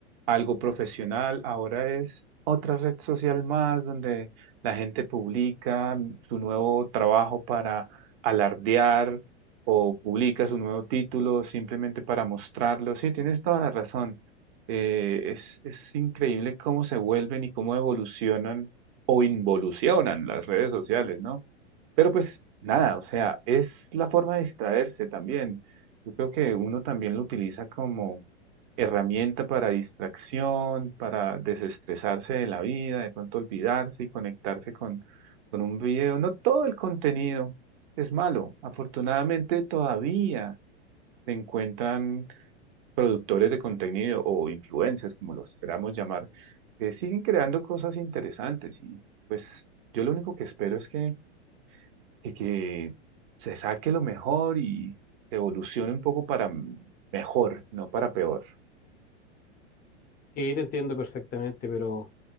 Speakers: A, on the right (about 50°); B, on the left (about 25°).
A: algo profesional, ahora es otra red social más donde la gente publica su nuevo trabajo para alardear o publica su nuevo título simplemente para mostrarlo. Sí, tienes toda la razón. Eh, es, es increíble cómo se vuelven y cómo evolucionan o involucionan las redes sociales, ¿no? Pero pues nada, o sea, es la forma de distraerse también. Yo creo que uno también lo utiliza como herramienta para distracción, para desestresarse de la vida, de pronto olvidarse y conectarse con, con un video. No todo el contenido es malo. Afortunadamente todavía se encuentran productores de contenido o influencers, como los queramos llamar, que siguen creando cosas interesantes y pues yo lo único que espero es que de que se saque lo mejor y se evolucione un poco para m- mejor, no para peor.
B: Sí, te entiendo perfectamente, pero